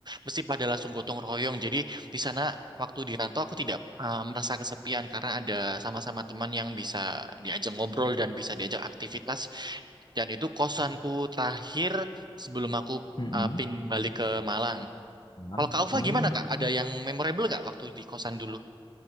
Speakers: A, on the right (about 45°); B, on the left (about 50°).
A: mesti pada langsung gotong royong. Jadi di sana Waktu di rantau aku tidak eh, merasa kesepian karena ada sama-sama teman yang bisa diajak ngobrol dan bisa diajak aktivitas. Dan itu kosanku terakhir sebelum aku
B: Mm-mm.
A: eh, pin balik ke Malang.
B: Emang.
A: Kalau Kak Ufa
B: Hmm.
A: gimana Kak? Ada yang memorable nggak waktu di kosan dulu?